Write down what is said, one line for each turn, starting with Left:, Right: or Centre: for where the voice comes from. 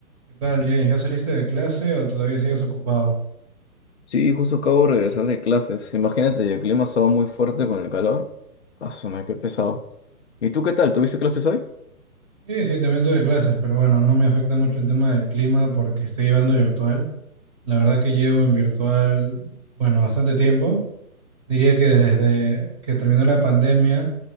Right: ¿Qué tal, James? ¿Ya saliste de clase o todavía sigues ocupado?
Left: Sí, justo acabo de regresar de clases. Imagínate, y el clima estaba muy fuerte con el calor. Asumir qué pesado. ¿Y tú qué tal? ¿Tuviste clases hoy?
Right: Sí, sí, también tuve clases, pero bueno, no me afecta mucho el tema del clima porque estoy llevando virtual. La verdad que llevo en virtual, bueno, bastante tiempo. Diría que desde que terminó la pandemia